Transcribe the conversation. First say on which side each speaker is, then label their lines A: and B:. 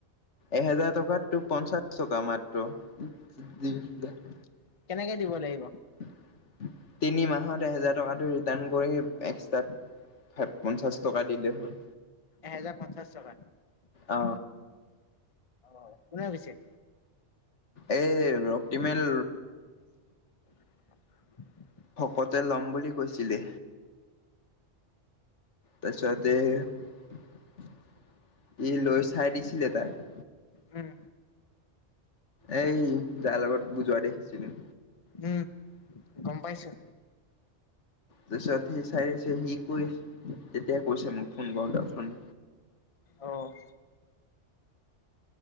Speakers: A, on the left; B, on the left.
A: এহেজাৰ টকাতো পনচাছ চকা মাত্ৰ, <unintelligible>
B: উম, কেনেকে দিব লাগিব।
A: <unintelligible> তিনি মাহত এহেজাৰ টকাটো ৰিটাৰ্ণ কৰি, এক্সট্ৰা পঞ্চাছ টকা দিলে হ'ল।
B: এহেজাৰ পঞ্চাশ টকা।
A: অ
B: অ' কোনে কৈছে?
A: এই ৰক্তিমেল
B: <unintelligible>
A: ভকতে ল'ম বুলি কৈছিলে। তাৰপিছতে ই লৈ চাই দিছিলে তাক।
B: উম,
A: এই যাৰ লগত বুজোৱা দেই ছিলে
B: উম' গম পাইছোঁ।
A: তাৰপিছত সি চাই আছে, সি কৰি আছে তেতিয়া কৈছে মোক ফোন কৰোঁতে, ফোন
B: অ'